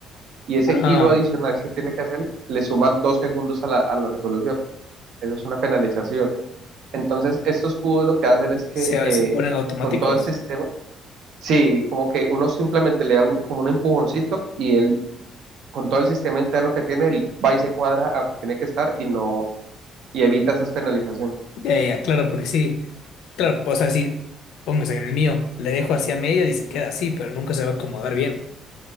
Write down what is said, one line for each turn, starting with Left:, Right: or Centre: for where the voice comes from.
Right: Y ese
Left: Ah,
Right: giro adicional que tiene que hacer le suma dos segundos a la, a la resolución. Eso es una penalización. Entonces, estos cubos lo que hacen es que
Left: se,
Right: eh,
Left: se ponen automáticos.
Right: con todo el sistema, sí, como que uno simplemente le da un- como un empujoncito y él, con todo el sistema interno que tiene, él va y se cuadra a donde tiene que estar y no, y evita esas penalizaciones.
Left: Ya, ya, ya, claro, porque sí. Claro, pues decir, póngase en el mío, le dejo así a media y se queda así, pero nunca se va a acomodar bien.